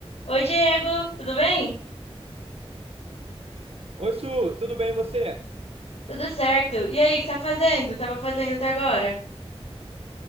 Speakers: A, on the left (about 80°); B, on the right (about 65°).
A: Oi, Diego, tudo bem?
B: Oi, Su, tudo bem e você?
A: Tudo certo. E aí, o que você tá fazendo? Tava fazendo até agora?